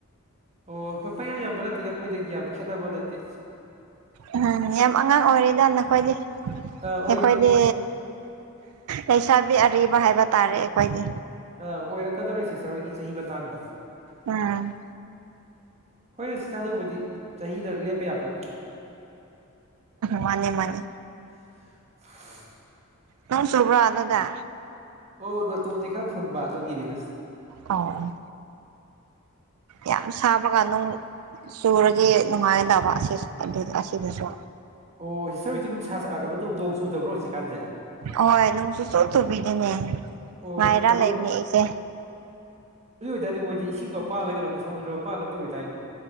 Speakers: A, on the right (about 30°); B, on the right (about 80°).
A: ꯑꯣ ꯍ ꯄꯩꯌꯥꯖꯤꯕꯂꯥꯤꯗ ꯑꯩꯈꯣꯏꯗꯒꯤ ꯌꯥꯝ ꯈꯦꯠꯅꯕ ꯅꯠꯇꯦ
B: ꯎꯝ ꯌꯥꯝ ꯑꯉꯥꯡ ꯑꯣꯏꯔꯤꯗ ꯅꯈꯣꯏꯗꯤ
A: ꯑ ꯑꯣꯏꯔꯦ
B: ꯑꯩꯈꯣꯏꯗꯤ ꯂꯩꯁꯥꯕꯤ ꯑꯔꯤꯕ ꯍꯥꯏꯕ ꯇꯥꯔꯦ ꯑꯩꯈꯣꯏꯗꯤ
A: ꯑ ꯑꯣꯏꯔꯛꯀꯗꯧꯔꯦ ꯁꯤꯇꯔ ꯍꯣꯏꯒꯤ ꯆꯍꯤ ꯃꯇꯥꯡꯗꯣ
B: ꯎꯝ
A: ꯍꯣꯏ ꯑꯗꯨ ꯁꯤ ꯊꯥꯗꯧꯕꯗꯤ ꯆꯍꯤꯗ ꯂꯦꯞꯄ ꯌꯥꯄꯣꯠꯇꯦ
B: ꯃꯥꯅꯦ ꯃꯥꯅꯦ
A: ꯑ
B: ꯅꯪ ꯁꯣꯕ꯭ꯔꯣ ꯑꯅꯗ
A: ꯑꯣ ꯅꯇꯣꯟꯁꯦ ꯈꯔ ꯐꯨꯟꯕ ꯑꯗꯨꯒꯤꯅꯤꯗ
B: ꯑꯣ ꯌꯥꯝ ꯁꯥꯕ ꯀꯥꯟꯗꯅꯨꯡ ꯁꯨꯔꯒꯤ ꯅꯨꯡꯉꯥꯏꯗꯕ ꯑꯁꯤꯅꯁꯨ
A: ꯑꯣ ꯍꯤꯁꯇꯔꯤꯁꯨ ꯅꯨꯡꯁꯥ ꯁꯛꯒꯅꯣ ꯇꯧ ꯅꯣꯡ ꯆꯨꯗꯕ꯭ꯔꯣ ꯍꯧꯖꯤꯛꯀꯥꯟꯁꯦ
B: ꯍꯣꯏ ꯅꯪꯁꯨ ꯁ ꯁꯨꯕꯤꯗꯤꯅꯦ
A: ꯑꯣ
B: ꯉꯥꯏꯔꯥ
A: ꯀꯩꯅꯣ
B: ꯂꯩꯕꯅꯦ ꯑꯩꯁꯦ
A: ꯁꯤꯗꯤ ꯃꯣꯏꯁꯦ ꯏꯁꯤꯡꯒꯣ ꯄꯥꯜꯂꯒ ꯁꯃꯨꯗ꯭ꯔꯗ ꯄꯥꯜꯂꯕꯗꯤ ꯑꯣꯏꯇꯥꯏꯅꯦ